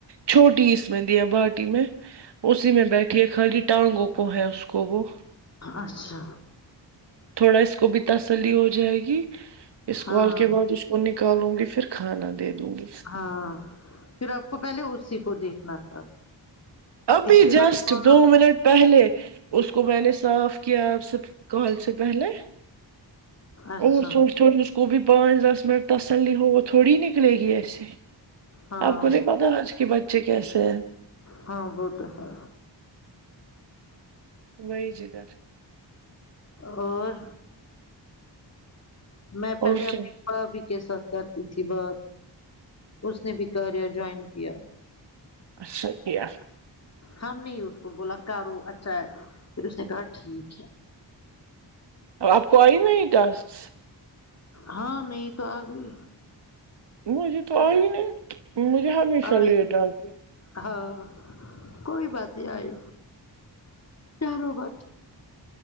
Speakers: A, on the right; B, on the left.
A: چھوٹی اس میں دیا باٹی میں اسی میں بیٹھی ہے خالی ٹانگوں کو ہے اس کو وہ
B: اچھا
A: تھوڑا اس کو بھی تسلی ہو جائے گی اس
B: ہاں
A: کال کے بعد اس کو نکالوں گی پھر کھانا دے دوں گی
B: ہاں پھر آپ کو پہلے اسی کو دیکھنا تھا
A: ابھی
B: اس کے
A: جسٹ
B: بعد ہاں
A: دو منٹ پہلے اس کو میں نے صاف کیا آپ سے کال سے پہلے
B: اچھا
A: اور اس تھوڑس خوب پانچ دس منٹ تسلی ہوت تھوڑی نکلے گی ایسے
B: ہاں
A: آپ کو
B: وہ-
A: نہیں پتا آج کے بچے کیسے ہیں
B: ہاں وہ تو ہے
A: وہی جی گھر
B: اور میں پہلے
A: اور
B: اپنے
A: کیا
B: بھابھی کے ساتھ کرتی تھی تھی بات اس نے بھی کاریہ جوائن کیا
A: اچھا کیا
B: ہم نے ہی اس کو بولا کرو اچھا ہے پھر اس نے کہا ٹھیک ہے
A: آپ کو آئی نہیں ٹاسک
B: ہاں نہیں تو آ گئی
A: مجھے تو آئی نہیں مجھے ہمیشہ
B: آئی
A: لیٹ آج
B: ہاں کوئی بات نہیں آئی چاروں بات